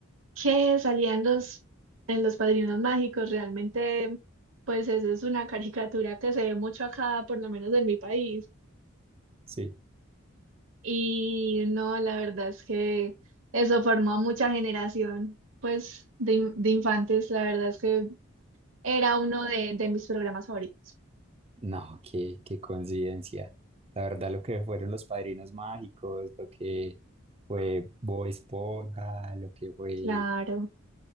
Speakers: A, on the right; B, on the right.
A: ¿Qué salían los en los Padrinos Mágicos? Realmente, pues eso es una caricatura que se ve mucho acá, por lo menos en mi país.
B: Sí.
A: Y no, la verdad es que eso formó a mucha generación, pues, de, in- de infantes. La verdad es que era uno de, de mis programas favoritos.
B: No, qué, qué coincidencia. La verdad, lo que fueron los Padrinos Mágicos, lo que fue Bob Esponja, lo que fue
A: Claro.